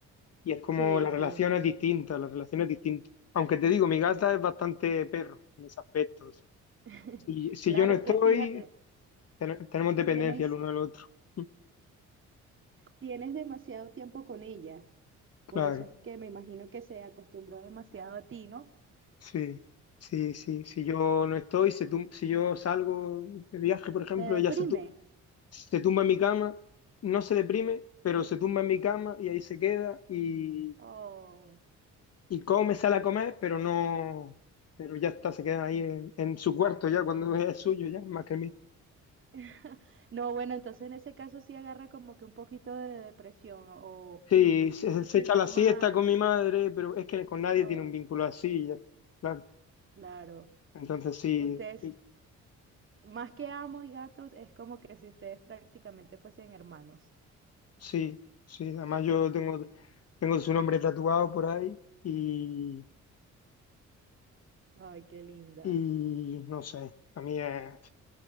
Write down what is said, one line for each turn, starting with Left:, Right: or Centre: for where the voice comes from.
Left: Y es como
Right: Sí,
Left: la relación
Right: sí, no.
Left: es distinta, la relación es distinta. Aunque te digo, mi gata es bastante perro en ese aspecto.
Right: <laughs>
Left: Si, si
Right: Claro,
Left: yo no estoy,
Right: es que fíjate,
Left: ten- tenemos dependencia
Right: tienes,
Left: el uno al otro. <laughs>
Right: tienes demasiado tiempo con ella.
Left: Claro,
Right: Por eso es que me imagino que se acostumbró demasiado a ti, ¿no?
Left: sí, sí, sí. Si yo no estoy, se tum- si yo salgo de viaje, por ejemplo,
Right: Se deprime.
Left: ella se, tu- se tumba en mi cama, no se deprime, pero se tumba en mi cama y ahí se queda y,
Right: Oh.
Left: Y come, sale a comer, pero no, pero ya está, se queda ahí en, en su cuarto ya, cuando <laughs> es suyo ya, más que mío.
Right: <laughs> No, bueno, entonces en ese caso sí agarra como que un poquito de depresión o,
Left: Sí, se,
Right: o eso
Left: se
Right: se
Left: echa
Right: llama,
Left: la siesta con mi madre, pero es que con nadie
Right: ah,
Left: tiene un vínculo así, ya, claro.
Right: claro,
Left: Entonces sí,
Right: ustedes,
Left: y-
Right: más que amo y gatos, es como que si ustedes prácticamente fuesen hermanos.
Left: sí, sí, además yo tengo, tengo su nombre tatuado por ahí y,
Right: Ay, qué linda.
Left: y no sé, a mí es,